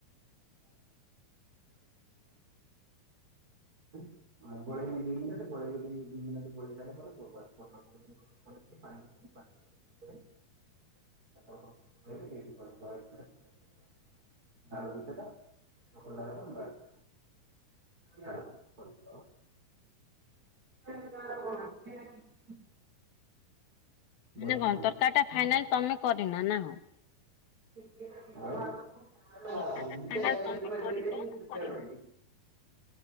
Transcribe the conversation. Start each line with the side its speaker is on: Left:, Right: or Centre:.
Right: <inaudible> ଗୋଲେଇକି ଦି ମିନିଟ୍ ଗୋଲେଇକି ଦି ମିନିଟ୍ ଗୋଲେଇସାରିଲା ପରେ <inaudible> <inaudible> <inaudible> <inaudible> <inaudible> <inaudible> ପନ୍ଦର
Left: ମାନେ କଣ
Right: ମିନିଟ୍
Left: ତରକାରିଟା ଫାଇନାଲ ତମେ କରିନ ନା କଣ?
Right: <inaudible>
Left: ତରକାରୀ ଟା ଫାଇନାଲ ତମେ କରିଛ ନା କରିନା?